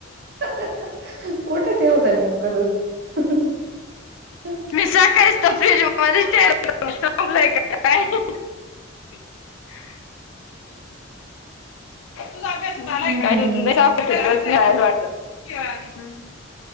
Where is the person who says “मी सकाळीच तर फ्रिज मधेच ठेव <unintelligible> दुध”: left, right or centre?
Left